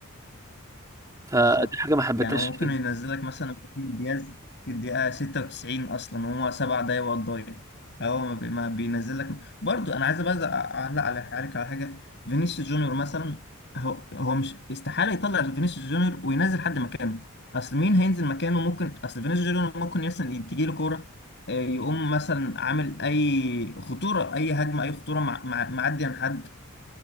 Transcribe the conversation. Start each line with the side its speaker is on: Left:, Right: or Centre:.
Right: فدي
Left: بالظبط
Right: حاجه ما حبيتهاش
Left: يعني هو
Right: فيه
Left: ممكن ينزلك مثلا إبراهيم دياز في الدقيقة 96 أصلا وهو سبع دقايق وقت ضايع هو ما بي- ما بينزلك برضو أنا عايز بس أعلق على عليك على حاجة فينيسيوس جونيور مثلا هو هو مش استحالة يطلع فينيسيوس جونيور وينزل حد مكانه أصل مين هينزل مكانه ممكن أصل فينيسيوس جونيور ممكن مثلا تجي له كورة آه، يقوم مثلا عامل أي خطورة أي هجمة أي خطورة مع مع- معدي عن حد